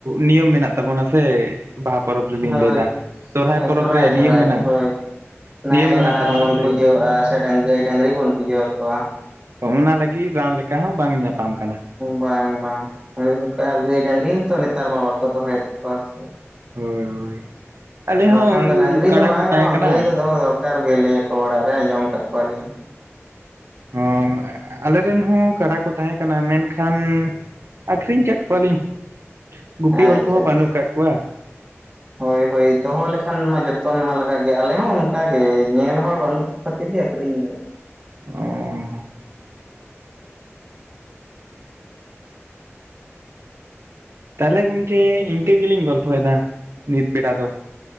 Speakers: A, on the right; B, on the right.
A: ᱱᱤᱭᱚᱢ ᱢᱮᱱᱟᱜ ᱛᱟᱵᱚᱱᱟ ᱥᱮ ᱵᱟᱦᱟ ᱯᱚᱨᱚᱵᱽ ᱨᱮᱞᱤᱧ
B: ᱦᱳᱭ
A: ᱞᱟᱹᱭ ᱫᱟ ᱥᱚᱨᱦᱟᱭ ᱯᱚᱨᱚᱵᱽ
B: ᱥᱚᱦᱨᱟᱭ
A: ᱨᱮ
B: ᱥᱚ
A: ᱱᱤᱭᱚᱢ
B: ᱥᱩᱨᱟᱭ
A: ᱢᱮᱱᱟᱜ
B: ᱦᱳᱭ᱾ ᱱᱟᱦᱮᱞ
A: ᱱᱤᱭᱚᱢ ᱢᱮᱱᱟᱜ
B: ᱟᱬᱟᱨ
A: ᱛᱟᱵᱚᱱᱟ
B: ᱵᱚᱱ
A: ᱥᱮ
B: ᱯᱩᱡᱟᱹ ᱟᱜᱼᱟ ᱥᱮ ᱰᱟᱝ ᱜᱟᱹᱭ ᱰᱟᱹᱝᱨᱤ ᱵᱚᱱ ᱯᱩᱡᱟᱹ
A: ᱦᱳᱭ
B: ᱟᱠᱚᱣᱟ
A: ᱚᱱᱟ ᱞᱟᱹᱜᱤᱫ ᱨᱟᱱ ᱞᱮᱠᱟ ᱦᱚᱸ ᱵᱟᱝ ᱧᱟᱯᱟᱢ ᱠᱟᱱᱟ᱾
B: ᱵᱟᱝ ᱵᱟᱝ ᱦᱚᱭ ᱚᱱᱠᱟ ᱟᱨ ᱜᱟᱹᱭ ᱰᱟᱹᱟᱝᱨᱤ ᱦᱚᱸᱛᱚ ᱱᱮᱛᱟᱨ ᱢᱟ ᱵᱟᱠᱚ ᱫᱚᱦᱚᱭᱮᱫ ᱠᱚᱣᱟ ᱥᱮ᱾
A: ᱦᱳᱭ ᱦᱳᱭ ᱟᱞᱮ
B: ᱵᱟᱠᱷᱟᱱ
A: ᱦᱚᱸ ᱩᱱᱠᱩ
B: ᱫᱚ ᱰᱝᱨᱤ
A: ᱠᱟᱰᱟ
B: ᱫᱚ ᱵᱟᱝ
A: ᱠᱚ ᱛᱟᱦᱮᱸ
B: ᱨᱮᱦᱚᱸ
A: ᱠᱟᱱᱟ
B: ᱜᱟᱹᱭ ᱫᱚ ᱫᱚᱦᱚ ᱫᱚᱨᱠᱟᱨ ᱜᱮ, ᱞᱟᱹᱭᱟᱠᱚ ᱚᱲᱟᱜ ᱨᱮ ᱟᱸᱡᱚᱢ ᱟᱠᱟᱫ ᱠᱚᱣᱟᱞᱤᱧ᱾
A: ᱦᱚᱸ ᱟᱞᱮᱨᱮᱱ ᱦᱚᱸ ᱠᱟᱰᱟ ᱠᱚ ᱛᱟᱦᱮᱸ ᱠᱟᱱᱟ ᱢᱮᱱᱠᱷᱟᱱ ᱟᱠᱷᱨᱤᱧ ᱠᱟᱜ ᱠᱚᱣᱟᱞᱤᱧ, ᱜᱩᱯᱤ
B: ᱟᱪᱪᱷᱟ
A: ᱦᱚᱲ ᱠᱚᱦᱚᱸ
B: ᱟᱪᱪᱷᱟ
A: ᱵᱟᱹᱱᱩᱜ ᱠᱟᱜ ᱠᱚᱣᱟ
B: ᱦᱳᱭ ᱦᱳᱭ ᱫᱚᱦᱚ ᱞᱮᱠᱷᱟᱱ ᱢᱟ ᱡᱚᱛᱚᱱ ᱢᱟ ᱞᱟᱜᱟᱜ ᱜᱮ, ᱟᱞᱮ ᱦᱚᱸ ᱚᱱᱠᱟᱜ ᱜᱮ ᱧᱮᱞ ᱦᱚᱲ ᱵᱟᱹᱱᱩᱜ ᱠᱷᱟ. ᱛᱤᱨ ᱜᱮ ᱟ. ᱠᱷᱤᱨᱤᱧ ᱫᱚ
A: ᱚᱸ ᱛᱟᱦᱚᱞᱮ ᱜᱚᱝᱠᱮ ᱤᱱᱠᱟᱹ ᱜᱮᱞᱤᱧ ᱜᱚᱞᱯᱷᱚᱭᱫᱟ ᱱᱤᱛ ᱵᱮᱲᱟ ᱫᱚ᱾